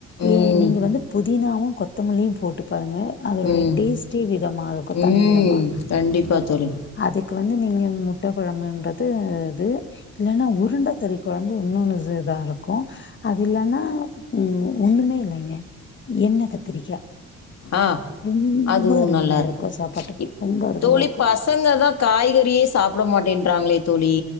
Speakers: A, on the left; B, on the left.
A: ம்.
B: ஏ நீங்க வந்து புதீனாவு கொத்தமல்லியு போட்டுப் பாருங்க அதோட
A: ம்.
B: டேஸ்டே விதமா இருக்கு
A: ம்.
B: தனி விதமா
A: கண்டிப்பா தோழி.
B: அது வந்து நீங்க முட்ட குழம்புன்றது இது இல்லன்னா உருண்ட கறி குழம்பு இன்னொன்னு இருக்ககு அது இல்லன்னா உம் ஒண்ணுமே இல்லங்க என்ன கத்திரிக்கா
A: ஆ.
B: ரொம்ப
A: அதுவும்
B: அருமையா
A: நல்லாருக்கும்.
B: இருக்கு சாப்பாட்டுக்கு
A: இப்
B: ரொம்ப அருமையா
A: தோழி
B: இரு
A: பசங்க தான் காய்கறியே சாப்பிட மாட்டேன்றாங்களே தோழி